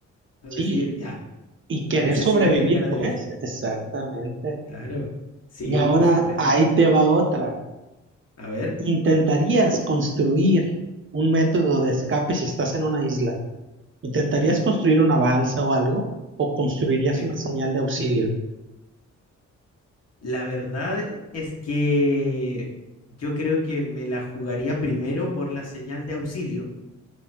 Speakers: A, on the left (about 55°); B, on the right (about 40°).
A: es
B: Sí,
A: decir, ya,
B: y querer
A: la necesidad
B: sobrevivir,
A: tiene cara
B: pues,
A: de hereje.
B: exactamente.
A: Claro, sí,
B: Y ahora
A: por supuesto.
B: ahí te va otra.
A: A ver,
B: ¿Intentarías construir un método de escape si estás en una isla? ¿Intentarías construir una balsa o algo? ¿O construirías
A: me-
B: una señal de auxilio?
A: la verdad es que yo creo que me la jugaría primero por la señal de auxilio